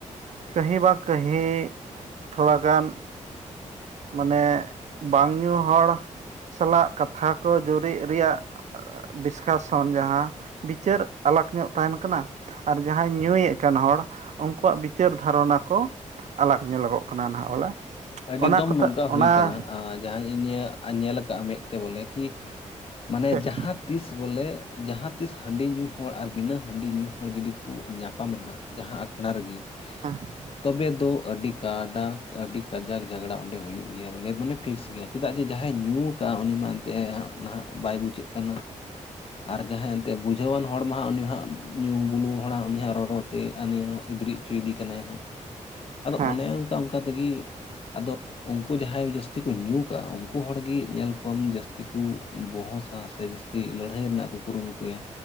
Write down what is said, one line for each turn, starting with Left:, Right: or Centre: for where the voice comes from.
Right: ᱠᱟᱹᱦᱤ ᱵᱟᱸ ᱠᱟᱹᱦᱤ ᱛᱷᱚᱲᱟᱜᱟᱱ ᱢᱟᱱᱮ ᱵᱟᱝ ᱧᱩ ᱦᱚᱲ ᱥᱟᱞᱟᱜ ᱠᱟᱛᱷᱟ ᱠᱚ ᱡᱩᱨᱤᱜ ᱨᱮᱭᱟᱜ ᱰᱤᱥᱠᱟᱥᱚᱱ ᱡᱟᱦᱟᱸ ᱵᱤᱪᱟᱹᱨ ᱟᱞᱟᱜ ᱧᱚᱜ ᱛᱟᱦᱮᱱ ᱠᱟᱱᱟ ᱟᱨ ᱡᱟᱦᱟᱸᱭ ᱧᱩᱭᱮᱫ ᱠᱟᱱ ᱦᱚᱲ ᱩᱱᱠᱩᱣᱟᱜ ᱵᱤᱪᱟᱹᱨ ᱫᱷᱟᱨᱚᱱᱟ ᱠᱚ ᱟᱞᱟᱠᱽ ᱧᱮᱞᱚᱜᱚᱜ ᱠᱟᱱᱟ ᱱᱟᱦᱟᱜ ᱵᱚᱞᱮ᱾
Left: ᱟᱹᱰᱤ
Right: ᱚᱱᱟ
Left: ᱫᱚᱢ
Right: ᱠᱚᱛᱮ
Left: ᱱᱚᱝᱠᱟ
Right: ᱚᱱᱟ
Left: ᱦᱩᱭ ᱟᱠᱟᱱᱟ ᱟ ᱡᱟᱦᱟᱸ ᱤᱧ ᱧᱮᱞ ᱟᱠᱟᱫ ᱢᱮᱸᱫᱛᱮ ᱵᱚᱞᱮ ᱠᱤ ᱢᱟᱱᱮ
Right: ᱴᱷᱤᱠ
Left: ᱡᱟᱦᱟᱸ ᱛᱤᱥ ᱵᱚᱞᱮ ᱡᱟᱦᱟᱸ ᱛᱤᱥ ᱦᱟᱺᱰᱤ ᱧᱩ ᱦᱚᱲ ᱟᱨ ᱵᱤᱱᱟᱹ ᱦᱟᱺᱰᱤ ᱧᱩ ᱦᱚᱲ ᱡᱩᱫᱤ ᱠᱚ ᱧᱟᱯᱟᱢᱮᱱᱟ ᱡᱟᱦᱟᱸ ᱟᱠᱷᱲᱟ ᱨᱮᱜᱮ᱾
Right: ᱦᱮᱸ
Left: ᱛᱚᱵᱮ ᱫᱚ ᱟᱹᱰᱤ ᱠᱟᱰᱟᱜ ᱟᱹᱰᱤ ᱠᱟᱡᱟᱠ ᱡᱷᱟᱜᱽᱲᱟ ᱚᱸᱰᱮ ᱦᱩᱭᱩᱜ ᱜᱮᱭᱟ ᱵᱚᱞᱮ ᱢᱟᱱᱮ ᱯᱷᱤᱠᱥ ᱜᱮᱭᱟ ᱪᱮᱫᱟᱜ ᱡᱮ ᱡᱟᱦᱟᱸᱭ ᱧᱩ ᱚᱱᱠᱟ ᱩᱱᱤ <unintelligible> ᱢᱮᱱᱟᱱᱛᱮ ᱦᱟᱸᱜ ᱱᱟᱦᱟᱜ ᱵᱟᱭ ᱵᱩᱡᱟᱹᱜ ᱠᱟᱱᱟ
Right: <inaudible>
Left: ᱟᱨ ᱡᱟᱦᱟᱸᱭ ᱮᱱᱛᱮᱫ ᱵᱩᱡᱷᱟᱹᱣᱟᱱ ᱦᱚᱲ ᱢᱟ ᱦᱟᱸᱜ ᱩᱱᱤ ᱦᱟᱸᱜ ᱧᱩ ᱵᱩᱞᱩ ᱦᱚᱲᱟᱜ ᱩᱱᱤ ᱦᱟᱸᱜ ᱨᱚᱲ ᱛᱮ ᱩᱱᱤᱭᱟᱜ ᱜᱤᱫᱽᱨᱤᱡ ᱦᱚᱪᱚᱭᱮᱫᱮ ᱠᱟᱱᱟᱭ ᱦᱟᱸᱜ ᱟᱫᱚ
Right: ᱦᱮᱸ
Left: ᱚᱱᱮ ᱚᱱᱠᱟ ᱚᱱᱠᱟ ᱛᱮᱜᱮ ᱟᱫᱚ ᱩᱱᱠᱩ ᱡᱟᱦᱟᱸᱭ ᱡᱟᱹᱥᱛᱤ ᱠᱚ ᱧᱩ ᱠᱟᱜ ᱩᱱᱠᱩ ᱦᱚᱲᱜ ᱧᱮᱞ ᱠᱚᱣᱟᱢ ᱡᱟᱹᱥᱛᱤ ᱠᱚ ᱵᱚᱦᱚᱥᱟ ᱥᱮ ᱴᱤᱜ ᱞᱟᱹᱲᱦᱟᱹᱭ ᱨᱮᱱᱟᱜ ᱠᱚ ᱠᱩᱨᱩᱢᱩᱴᱩᱭᱟ